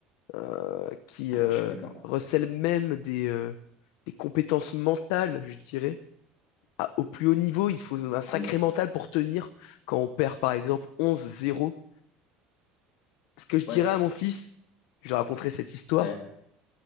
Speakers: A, on the left (about 75°); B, on the left (about 55°).
A: euh, qui
B: <clears throat>
A: euh,
B: Je suis d'accord.
A: recèle même des, euh, des compétences mentales, je dirais, à- au plus haut niveau, il faut un sacré
B: Ah oui.
A: mental pour tenir quand on perd par exemple 11-0. Ce que je
B: Ouais.
A: dirais à mon fils, je lui raconterai cette histoire.
B: Ouais.